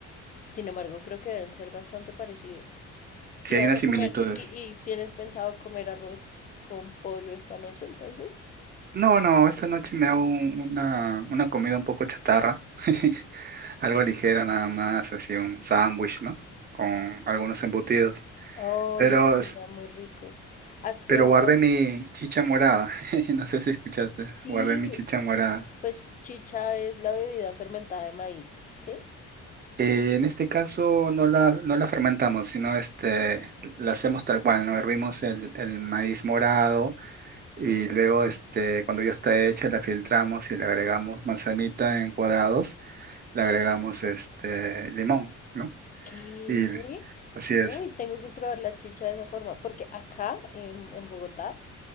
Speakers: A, on the left; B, on the right.
A: Sin embargo, creo que deben ser bastante parecidos.
B: sí
A: ¿Y
B: hay
A: vas
B: unas
A: a
B: similitudes.
A: comer y, y tienes pensado comer arroz con pollo esta noche entonces?
B: No, no, esta noche me hago un- una, una comida un poco chatarra. <laughs> Algo ligera nada más, así un sándwich, ¿no? Con algunos embutidos.
A: Ay,
B: Pero,
A: eso suena
B: s-
A: muy rico. ¿Has probado?
B: pero guardé mi chicha morada. <laughs> No sé si escuchaste.
A: Sí,
B: Guardé mi chicha morada.
A: pues chicha es la bebida fermentada de maíz, ¿sí?
B: Eh, en este caso no la, no la fermentamos, sino este, la hacemos tal cual, ¿no? Hervimos el, el maíz morado
A: Sí.
B: y luego este, cuando ya está hecha la filtramos y le agregamos manzanita en cuadrados, le agregamos este, limón, ¿no?
A: ¿Qué?
B: Y así es.
A: Uy, tengo que probar la chicha de esa forma, porque acá en, en Bogotá